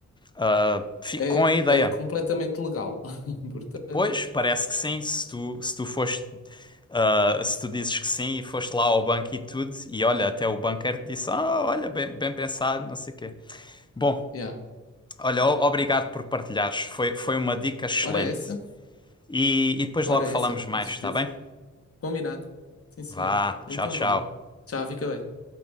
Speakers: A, on the left (about 15°); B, on the left (about 50°).
A: Ah, fico
B: É,
A: com a ideia.
B: é completamente legal. <laughs> Portanto,
A: Pois, parece que sim, se tu, se tu foste, ah, se tu dizes que sim e foste lá ao banco e tudo, e olha, até o banqueiro te disse, ah, olha, bem, bem pensado, não sei o quê. Bom,
B: yeah.
A: olha, o- obrigado por partilhares, foi, foi uma dica excelente.
B: Ora essa,
A: E, e depois
B: ora
A: logo falamos
B: essa,
A: mais,
B: com certeza.
A: está bem?
B: Combinado. Sim, senhor.
A: Vá,
B: Então
A: tchau, tchau.
B: vá. Tchau, fica bem.